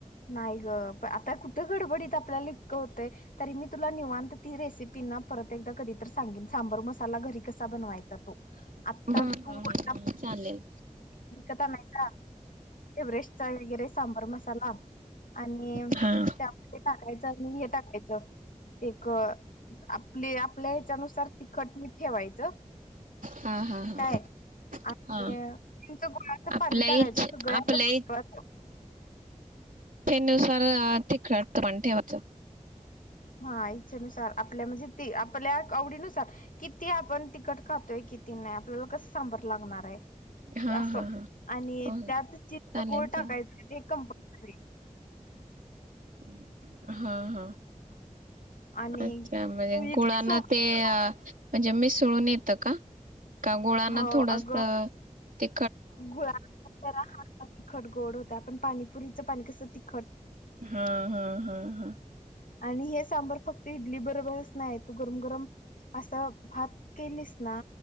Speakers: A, on the left; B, on the right.
A: नाही ग प आता कुठ गडबडीत आपल्याला इतकं होतं तरी मी तुला निवांत ती रेसिपीना परत एकदा कधीत सांगेन सांबर मसाला घरी कसा बनवायचा तो आता
B: ह
A: तू आता
B: चालेल
A: विकत आणायचा एव्हरेस्ट चाय वगैरे सांबर मसाला आणि
B: हा
A: त्या टाकायचं आणि हे टाकायचं एक आपली आपल्या ह्याच्यानुसार तिखट मीठ ठेवायचं
B: हा हा हा
A: काय आणि
B: हा
A: तुमचं गुळाच
B: आपल्या
A: पाणी टाकायचं
B: इच
A: सगळ आता
B: आपल्या
A: महत्वाचं
B: त्यानुसार तिकटतं पण ठेवायचं
A: हा इच्छेनुसार आपल्या म्हणजे आपल्या आवडीनुसार किती आपण तिकट खातोय किती नाही आपल्याला कसं सांभर लागणार आहे
B: हा
A: अस
B: हा हा
A: आणि
B: हो
A: त्यात चित
B: चालेल
A: गोळ टाकायचं
B: चालेल
A: कंप खरे
B: <inaudible> हा हा
A: आणि
B: अच्छा म्हणजे
A: तू इडली
B: गुळांना
A: सोबत
B: ते म्हणजे मिसळून येतं का? का गुळना
A: हो
B: थोडस
A: अगं
B: ते
A: गुळा ह तिखट गोड होता पण पाणीपुरीच पाणी कस तिख
B: हा हा हा हा
A: आणि हे सांबर फक्त इडली बरोबरच नाही तू गरम गरम असा भात केलीस ना